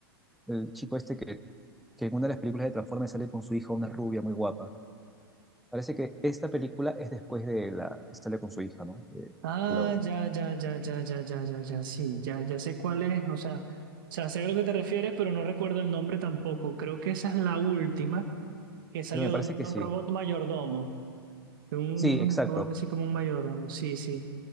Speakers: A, in the centre; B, on the right.
A: el chico este que, que en una de las películas de Transformers sale con su hija, una rubia muy guapa. Parece que esta película es después de la que sale con su hija, ¿no? Eh,
B: Ah,
A: lo-
B: ya, ya, ya, ya, ya, ya, ya, ya, sí, ya, ya sé cuál es, o sea, o sea, sé a lo que te refieres, pero no recuerdo el nombre tampoco. Creo que esa es la última que salió
A: pero me
B: donde
A: parece
B: está
A: que sí.
B: un robot mayordomo, un
A: Sí, exacto.
B: robot así como un mayordomo, sí, sí.